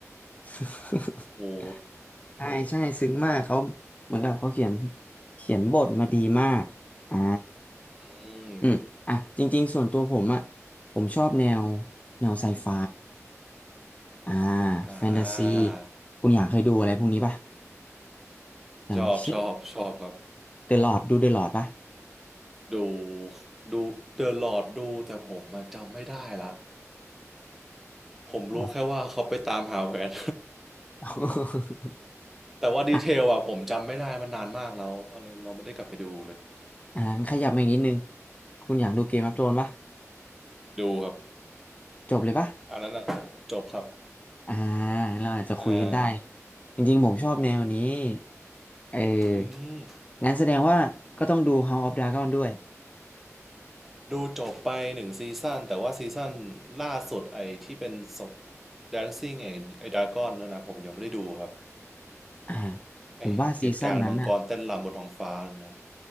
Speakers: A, on the left (about 25°); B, in the centre.
A: <laughs>
B: โอ้
A: ใช่ใช่ซึ้งมากเขาเหมือนกับเขาเขียนเขียนบทมาดีมากอ่า
B: อืม
A: อืมอ่ะจริงๆส่วนตัวผมอ่ะผมชอบแนวแนวไซไฟอ่า
B: อ่
A: แฟนตาซี
B: า
A: คุณอยากเคยดูอะไรพวกนี้ป่ะอย่างเช่น
B: ชอบชอบชอบครับ
A: เดอะลอดดูเดอะลอดป่ะ
B: ดูดูเดอะลอ d ดูแต่ผมมาจำไม่ได้ละผมรู้แค่ว่าเขาไปตามหาแหวน
A: อ๋อ <laughs>
B: <laughs> แต่ว่าดีเทลอะผมจำไม่ได้มันนานมากแล้วอะไรเราไม่ได้กลับไปดูเลย
A: อ่ะอ่าขยับมาอีกนิดนึงคุณอยากดูเกมออฟโธรนป่ะ
B: ดูครับ
A: จบเลยป่ะ
B: อันนั้นอะจบครับ
A: อ่าเราอาจจะคุยกันได้
B: อ่า
A: จริงๆผมชอบแนวนี้เออ
B: อืม
A: งั้นแสดงว่าก็ต้องดู House of Dragon ด้วย
B: ดูจบไปหนึ่งซีซั่นแต่ว่าซีซั่นล่าสุดไอ้ที่เป็นศพ Dancing ไอ้ไอ้ดากอนนั่นนะผมยังไม่ได้ดูครับ
A: อ่า
B: ไอ้เหตุการณ์มังกรเต้นรำบนท้องฟ้านะ
A: ผมว่าซีซั่นนั้นน่ะ